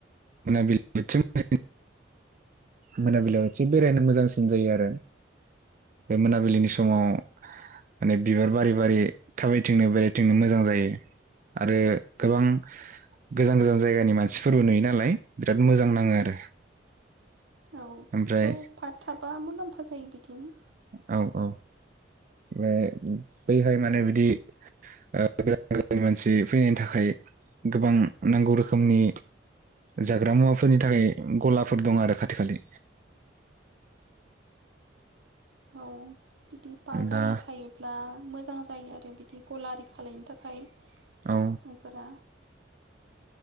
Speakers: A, on the right (about 45°); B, on the right (about 85°).
A: मोनाबिलियाव मोनाबिलियाव एसे बेरायनो मोजांसिन जायो आरो बे मोनाबिलिनि स माव। माने बिबार बारि बारि थाबायथिंनो बेरायथिंनो मोजां जायो आरो गोबां गोजान गोजान जायगानि मानसिफोरबो नुयो नालाय बिराद मोजां नाङो आरो।
B: औ
A: ओमफ्राय
B: खाथियाव पार्क थाबा मुलाम्फा जायो बिदिनो।
A: औ औ माने बैहाय मा ने बिदि गोदान गोदान मानसि फैनायनि थाखाय गोबां नांगौ रोखोमनि जाग्रा मुवाफोरनि थाखाय गलाफोर दं आरो खाथि खालि
B: औ बिदि पार्क गारि
A: दा
B: थायोब्ला मोजां जायो आरो बि दि गला आरि खालायनो थाखाय
A: औ
B: जायफोरा